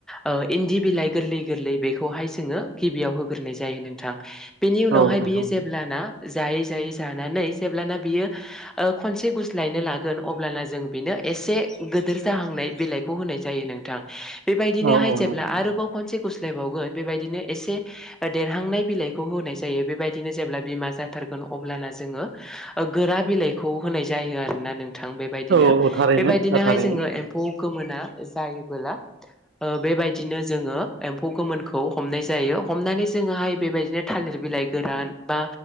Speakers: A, in the centre; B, on the right (about 60°).
A: ओ इन्दि बिलाइ गोरलै गोरलै बेखौ हाय जोङो गिबियाव होग्रोनाय जायो नोंथां। बेनि उनावहाय
B: औ नोंथां
A: बियो जेब्लाना जायै जायै जानानै जेब्लाना बियो ओ खनसे गुस्लायनो लागोन अब्लाना जों बेनो एसे गोदोर जाहांनाय बिलाइखौ होनाय जायो नोंथां बेबायदिनो
B: औ
A: हाय
B: औ
A: जेब्ला
B: नंगौ
A: आरोबाव खनसे गुस्लाय बावगोन बेबायदिनो एसे देरहांनाय बिलाइखौ होनाय जायो बेबायदि बिदिनो जेब्ला बिमा जाथार गोन अब्लाना जोङो ओ गोरा बिलाइखौ होनाय जाय जायो आरोना नोंथां बेबायदिनो
B: औ औ थारैनो
A: बेबायदिनो
B: थारैनो
A: हाय जोङो एम्फौ गोमोना जायोबोला ओ बेबायदिनो जोङो एम्फौ गोमोनखौ हमनाय जायो हमनानै जोङो हाय बेबायदिनो थालिर बिलाइ गोरान बा